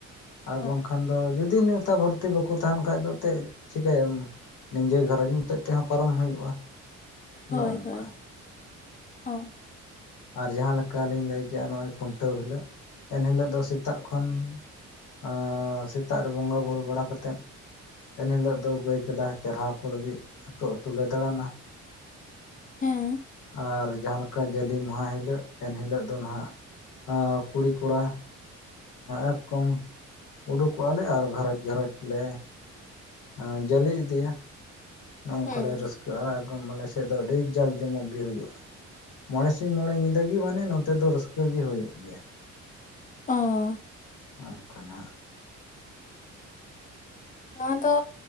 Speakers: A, on the left (about 80°); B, on the left (about 25°).
A: ᱟᱨ
B: ᱚ
A: ᱵᱟᱝᱠᱷᱟᱱ ᱫᱚ ᱡᱩᱫᱤ ᱱᱮᱣᱛᱟ ᱵᱷᱟᱨ ᱛᱮ ᱵᱟᱠᱚ ᱛᱟᱦᱮᱱ ᱠᱷᱟᱡ ᱫᱚ ᱮᱱᱮᱫ ᱪᱤᱠᱟᱹᱭᱟᱢ ᱱᱤᱡᱮ ᱜᱷᱟᱨᱚᱸᱡᱽ ᱢᱚᱛᱚᱡ ᱛᱮᱦᱚᱸ ᱯᱟᱨᱚᱢ ᱦᱩᱭᱩᱜᱼᱟ
B: ᱦᱳᱭ
A: ᱱᱚᱜᱼᱚ ᱱᱚᱝᱠᱟ
B: ᱦᱳᱭ ᱚᱸ
A: ᱟᱨ ᱡᱟᱦᱟᱸ ᱞᱮᱠᱟ ᱞᱤᱧ ᱞᱟᱹᱭ ᱠᱮᱜᱼᱟ ᱱᱚᱜᱼᱚᱭ ᱠᱷᱩᱱᱴᱟᱹᱣ ᱦᱤᱞᱚᱜ ᱮᱱᱦᱤᱞᱳᱜ ᱫᱚ ᱥᱮᱛᱟᱜ ᱠᱷᱚᱱ ᱮᱸ ᱥᱮᱛᱟᱜ ᱨᱮ ᱵᱚᱸᱜᱟᱵᱩᱨᱩ ᱵᱟᱲᱟ ᱠᱟᱛᱮᱫ ᱮᱱ ᱦᱤᱞᱚᱜ ᱫᱚ ᱜᱟᱹᱭ ᱠᱟᱰᱟ ᱪᱟᱨᱦᱟᱣ ᱠᱚ ᱞᱟᱹᱜᱤᱫ ᱟᱹᱛᱩ ᱟᱹᱛᱩ ᱞᱮ ᱫᱟᱬᱟᱱᱟ
B: ᱦᱮᱸ
A: ᱟᱨ ᱡᱟᱦᱟᱸ ᱞᱮᱠᱟ ᱡᱟᱞᱤ ᱢᱟᱦᱟ ᱦᱤᱞᱳᱜ ᱮᱱᱦᱤᱞᱳᱜ ᱫᱚ ᱱᱟᱜ ᱟᱸ ᱠᱩᱲᱤ ᱠᱚᱲᱟ ᱮᱠᱚᱢ ᱩᱰᱩᱠᱚᱜ-ᱟᱞᱮ ᱟᱨ ᱜᱷᱟᱨᱚᱸᱡᱽ ᱜᱷᱟᱨᱚᱸᱡᱽ ᱞᱮ ᱚᱸ ᱡᱟᱹᱞᱮ ᱤᱫᱤᱭᱟ ᱱᱚᱝᱠᱟ
B: ᱦᱮᱸ
A: ᱞᱮ ᱨᱟᱹᱥᱠᱟᱹᱜ ᱼᱟ ᱮᱫᱚᱢ ᱟᱞᱮ ᱥᱮᱫ ᱫᱚ ᱟᱹᱰᱤ ᱡᱟᱠ ᱡᱚᱢᱚᱠ ᱜᱮ ᱦᱩᱭᱩᱜᱼᱟ ᱢᱚᱬᱮ ᱥᱤᱧ ᱢᱚᱬᱮ ᱧᱤᱫᱟᱹ ᱜᱮ ᱢᱟᱱᱮ ᱱᱚᱛᱮ ᱫᱚ ᱨᱟᱹᱥᱠᱟᱹ ᱜᱮ ᱦᱩᱭᱩᱜ ᱜᱮᱭᱟ᱾
B: ᱚᱧᱜ
A: ᱚᱱᱠᱟᱱᱟᱜ
B: ᱱᱚᱶᱟ ᱫᱚ